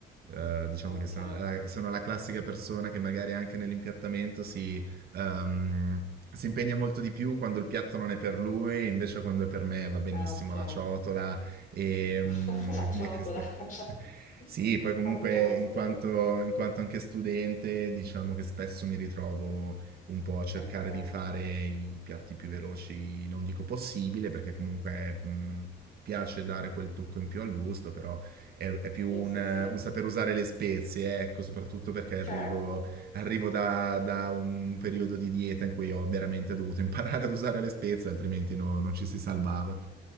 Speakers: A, on the right (about 55°); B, on the left (about 40°).
A: eh, diciamo
B: ok,
A: che sono la, sono la classica persona che magari anche nell'impiattamento si, ehm, si impegna molto di più quando il piatto non è per lui, invece quando è per me va benissimo
B: ah, ok.
A: la ciotola e, mm,
B: <laughs> La ciotola.
A: e queste-
B: <laughs>
A: <laughs> Sì, poi comunque
B: Fantastico.
A: in quanto, in quanto anche studente, diciamo che spesso mi ritrovo un po' a cercare
B: Eh beh,
A: di fare i piatti più veloci, non dico possibile, perché comunque mh, mi piace dare quel tocco in più al gusto, però è, è più
B: sì,
A: un,
B: sì, sì.
A: un saper usare le spezie, ecco, soprattutto perché arrivo,
B: Certo.
A: arrivo da, da un periodo di dieta in cui ho veramente dovuto <laughs> imparare ad usare le spezie, altrimenti no- non ci si salvava.